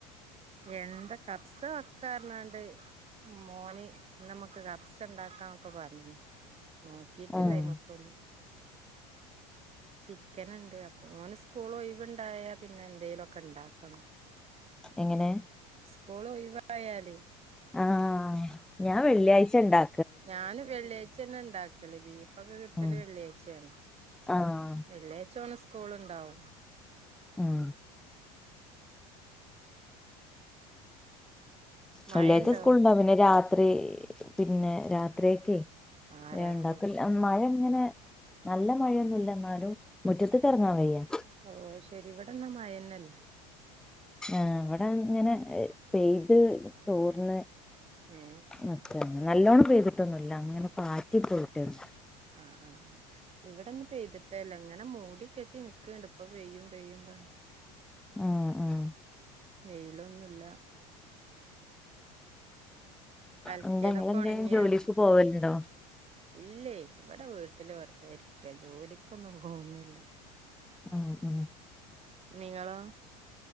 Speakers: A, on the right; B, in the centre.
A: എന്താ കപ്സ വെക്കാർഞ്ഞാണ്ട് മോന് ന്നമ്മക്ക് കപ്സണ്ടാക്കാക്കെ പറഞ്ഞീന് നോക്കീട്ടില്ലയ്മ്ക്ക്
B: ഉം
A: <inaudible> ചിക്കന് ഉണ്ട് അപ്പ ഓന് സ്കൂൾ ഒയിവുണ്ടായാ പിന്നെ എന്തേലുമ ഒക്കെ ഉണ്ടാക്കണം
B: എങ്ങനെ
A: സ്കൂള് ഒഴിവായാലേ
B: ആഹ് ഞാൻ വെള്ളിയാഴ്ച ണ്ടാ
A: ഞാന് വെള്ളിയാഴ്ച്ചെന്നെ ഇണ്ടാക്കല് ബീഫൊക്കെ കിട്ടല്
B: ഉം
A: വെള്ളിയാഴ്ച്ചയാണ്
B: ആഹ്
A: വെള്ളിയാഴ്ച ഓന് സ്കൂള്ണ്ടാവും
B: ഉം
A: മഴ
B: വെള്ളിയാഴ്ച്ച
A: ഉണ്ടോ
B: സ്കൂൾണ്ടാവും പിന്നെ രാത്രി പിന്നെ രാത്രിയേക്കെ
A: ആ
B: വേണ്ടാക്കൽ
A: രാത്രി
B: മഴ ഇങ്ങനെ നല്ല മഴയൊന്നുല്ലാ എന്നാലും മുറ്റത്ത്ക്ക് എറങ്ങാൻ വയ്യാ
A: ഓഹ് ഓഹ് അയി ശരി ഇവിടെന്നാ മഴന്നെല്ലാ
B: ആഹ് ഇവിടെ ഇങ്ങനെ പെയ്ത് തോർന്ന്
A: ഏ
B: നിക്ക് ക്കാണ് നല്ലോണം പെയ്തിട്ടൊന്നുല്ലാ അങ്ങനെ പാറ്റി പോയിട്ടേള്ളൂ
A: ആഹ് ആഹ് ആഹ് ഇവിടെന്ന് പെയ്തിട്ടേല്ല ഇങ്ങനെ മൂടി കെട്ടി നിക്ക്ണ്ട് ഇപ്പം പെയ്യും പെയ്യും പറഞ്ഞ്
B: ഉം ഉം
A: വെയിലൊന്നുല്ലാ അലക്കിയതൊക്കെ
B: എന്താ ഇങ്ങളെന്തേ
A: ഉണങ്ങിയോ
B: ജോലിക്ക് പോവല്ണ്ടോ
A: ഇല്ലേ ഇവിടെ വീട്ടില് വെറുതെരി ക്കാ ജോലിക്കൊന്നും പോവുന്നില്ലാ
B: ഉം ഉം
A: നിങ്ങളോ?